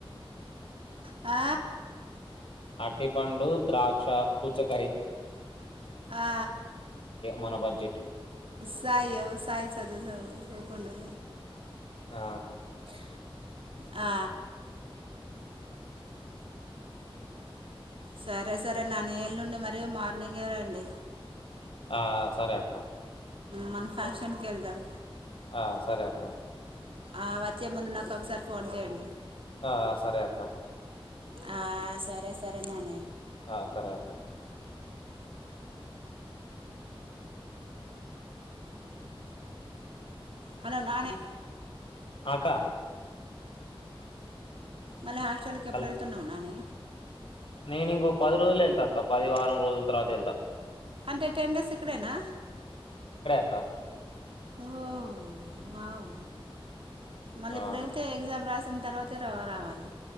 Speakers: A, on the right (about 65°); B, on the left (about 65°).
A: ఆ
B: అర్టిపండు, ద్రాక్ష, పుచ్చకాయ్
A: ఆ
B: మన బడ్జెట్
A: సాయి ఒ సాయి <inaudible> తెలివనట్టుంది
B: ఆ
A: ఆ సరే సరే నాని ఎల్లుండి మరి మార్నింగే రండి
B: ఆ సరే అక్క
A: మన ఫంక్షన్ కెళ్దాం
B: ఆ సరే అక్క
A: ఆ వచ్చే ముందు నాకొకసారి ఫోన్ చేయండి
B: ఆ సరే అక్క
A: ఆ సరే సరే నానే
B: ఆ సరే అక్క
A: హలో నాని
B: ఆహ్ అక్క.
A: మళ్ళీ హాస్టల్ కి ఎప్పుడు
B: అల్-
A: వెళ్తున్నావ్ నాని.
B: నేను ఇంకో పది రోజులో వెలతా అక్క పది వారం రోజుల తర్వాత వెళ్తా.
A: అంటే టెన్ డేస్ ఇక్కడేనా.
B: ఆహ్.
A: ఓ వావ్. మళ్ళీ
B: ఆ
A: ఇప్పుడు వెళ్తే ఎగ్జామ్ రాసి. తర్వాత నువ్వు రావాలి.